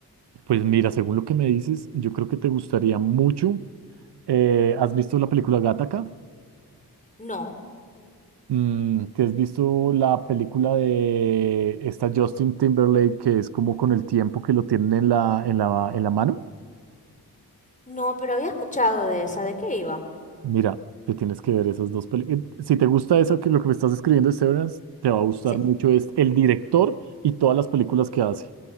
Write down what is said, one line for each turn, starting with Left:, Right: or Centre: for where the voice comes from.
Right: Pues mira, según lo que me dices, yo creo que te gustaría mucho. Eh, ¿has visto la película Gattaca?
Left: No,
Right: Mm, ¿te has visto la película de esta Justin Timberlake que es como con el tiempo que lo tienen en la, en la, en la mano?
Left: no, pero había escuchado de esa, ¿de qué iba?
Right: Mira, te tienes que ver esas dos películas. Si te gusta eso que lo que me estás escribiendo de Severance, te va a gustar
Left: Sí.
Right: mucho es el director y todas las películas que hace.